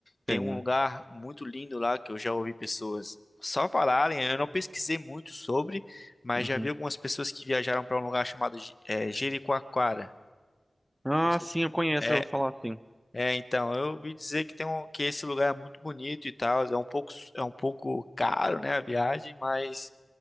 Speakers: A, on the left (about 40°); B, in the centre.
A: tem
B: Tem.
A: um lugar muito lindo lá que eu já ouvi pessoas só falarem. Eu não pesquisei muito sobre, mas
B: Uhum.
A: já vi algumas pessoas que viajaram para um lugar chamado Ge- eh, Jericoacoara.
B: Ah,
A: Não sei
B: sim,
A: se...
B: eu conheço,
A: é,
B: já vou falar, sim.
A: é, então, eu ouvi dizer que tem um, que esse lugar é muito bonito e tal, é um pouco, é um pouco caro, né, a viagem, mas,